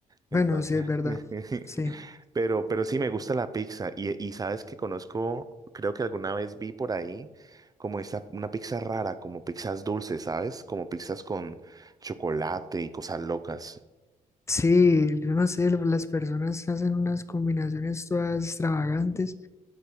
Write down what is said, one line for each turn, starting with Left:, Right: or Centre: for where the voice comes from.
Left: Bueno,
Right: Entonces,
Left: sí, es verdad.
Right: <laughs>
Left: Sí.
Right: pero, pero sí me gusta la pizza. Y, y sabes que conozco, creo que alguna vez vi por ahí como esta, una pizza rara, como pizzas dulces, ¿sabes? Como pizzas con chocolate y cosas locas.
Left: Sí, yo no sé, lo- las personas hacen unas combinaciones todas extravagantes.